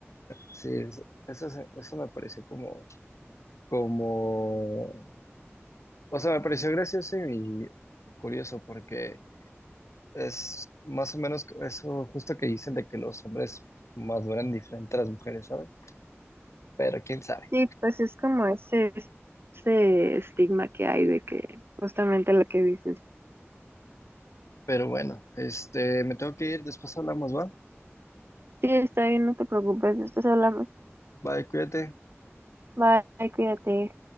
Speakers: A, on the left; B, on the right.
A: sí, es- eso, se- eso me pareció como, como, o sea, me pareció gracioso y curioso porque es más o menos eso justo que dicen de que los hombres maduran diferente a las mujeres, ¿sabes? Pero quién sabe.
B: Sí, pues es como ese, ese estigma que hay de que justamente lo que dices.
A: Pero bueno, este, me tengo que ir, después hablamos, ¿va?
B: Sí, está bien, no te preocupes, después hablamos.
A: Bye, cuídate.
B: Bye, cuídate.